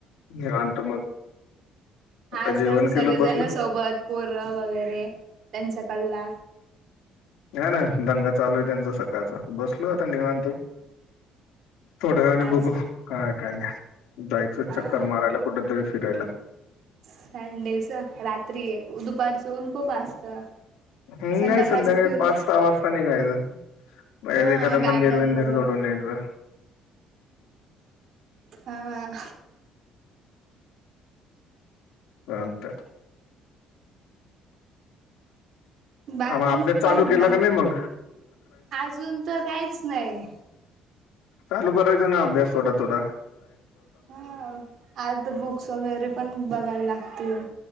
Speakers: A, on the left (about 75°); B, on the right (about 65°).
A: निवांत मग. आता
B: आज
A: जेवण
B: काय तर सगळेजण
A: केलं बसलो
B: सोबत पोरं वगैरे त्यांचा कल्ला
A: हाय ना दंगा चालू आहे त्यांचा सकाळचा. बसलोय आता निवांत. थोड्या वेळाने
B: आज
A: बघू काय आहे काय नाही, जायचं
B: हा
A: चक्कर मारायला कुठतरी. फिरायला.
B: संडेच रात्री आहे दुपारच ऊन खूप असतं.
A: हम्म
B: संध्याकाळचं
A: नाही संध्याकाळी
B: फिरू
A: पाच, सहा वाजता निघायचं. मग
B: हा
A: एखादा
B: गार्डन
A: मंदिर विंदिर
B: वगैरे
A: झोडून यायचं.
B: हा.
A: चालतंय.
B: बाकी
A: आ मग अभ्यास चालू
B: काय म्हणता?
A: केला का नाही मग
B: अजून तर काहीच नाही.
A: चालू करायच ना, अभ्यास थोडा थोडा.
B: हा आत बुक्स वगैरे पण बघायला लागतील.